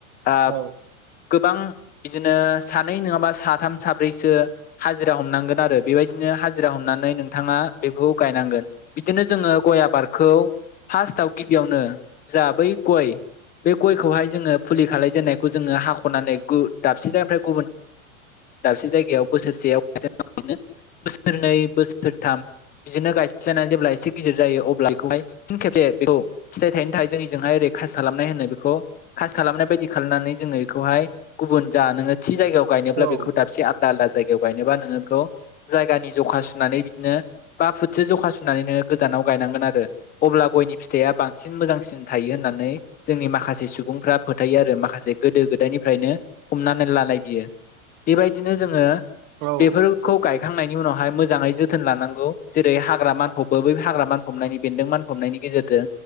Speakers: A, on the left (about 20°); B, on the right (about 40°).
A: ओ
B: औ
A: गोबां बिदिनो सानै नोङाबा साथाम साब्रैसो हाजिरा हमनांगोन आरो बेबायदिनो हाजिरा हमनानै नोंथाङा बेखौ गायनांगोन। बिदिनो जोङो गय आबारखौ फास्ताआव गिबियावनो जा बै गय बे गयखौहाय जोङो फुलि खालायजेननायखौ जोङो हाख'नानै दाबसे गु जानायनिफ्राय गुबुन दाबसे जायगायाव बोसोरसेयावनो बोसोरनै बोसोरथाम बिदिनो गाय <unintelligible> जेब्ला एसे गिदिर जायो अब्ला बेखौहाय फिन खेबसे बेखौ फिथाइ थायनो थाखाय जोंनिजोंहाय खासि खालामनाय होनो बेखौ। खासि खालामनाय बायदि खालायनानै जोङो इखौहाय गुबुन जा नोङो थि जायगायाव गायनोब्ला
B: औ
A: बेखौ दाबसे आलदा आलदा जायगायाव गायनोबा नोङो बेखौ जायगानि जखा सुनानै बिदिनो बा फुटसो जखा सुनानै नो गोजानाव गायनांगोन आरो। अब्ला गयनि फिथाइया बांसिन मोजांसिन थायो होननानै जोंनि माखासे सुबुंफ्रा फोथायो आरो माखासे गोदो गोदायनिफ्रायनो हमनानै लानाय बियो। बेबायदिनो जोङो
B: औ
A: बेफोर खौ गायखांनायनि उनावहाय मोजाङै जोथोन लानांगौ जेरै हाग्रा मानफबबो बै हाग्रा मानफबनायनि बेन्दों मान हमनायनि गेजेरजो